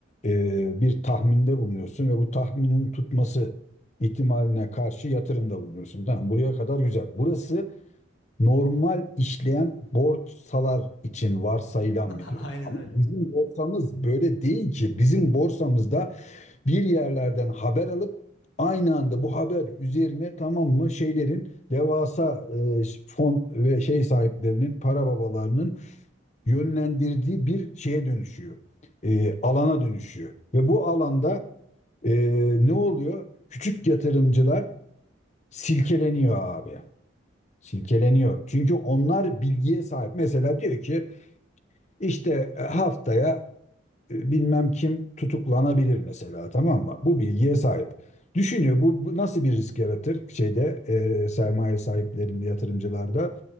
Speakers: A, on the left; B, on the left.
A: e, bir tahminde bulunuyorsun ve bu tahminin tutması ihtimaline karşı yatırımda bulunuyorsun. Tamam buraya kadar güzel. Burası normal işleyen borsalar için varsayılan
B: <laughs>
A: bir durum.
B: Aynen
A: Ama
B: öyle.
A: bizim borsamız böyle değil ki. Bizim borsamızda bir yerlerden haber alıp aynı anda bu haber üzerine tamam mı şeylerin devasa e, fon ve şey sahiplerinin para babalarının yönlendirdiği bir şeye dönüşüyor. E, alana dönüşüyor. Ve bu alanda e, ne oluyor? Küçük yatırımcılar silkeleniyor abi. Silkeleniyor. Çünkü onlar bilgiye sahip. Mesela diyor ki işte e, haftaya e, bilmem kim tutuklanabilir mesela tamam mı? Bu bilgiye sahip. Düşünüyor bu, bu nasıl bir risk yaratır şeyde e, sermaye sahiplerinde yatırımcılarda